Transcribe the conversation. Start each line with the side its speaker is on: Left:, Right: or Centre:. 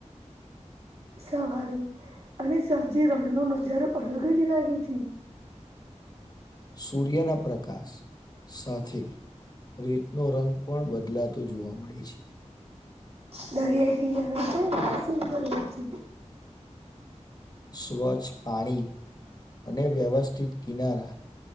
Right: સવારે અને સાંજ રણ નો નજારો અલગ જ લાગે છે.
Left: સૂર્યના પ્રકાશ સાથે રેતનો રંગ પણ બદલાતો તો જોવા મળે છે.
Right: દરિયા કિનારે પણ સુંંદર હોય છે.
Left: સ્વચ્છ પાણી અને વ્યવસ્થિત કિનારા.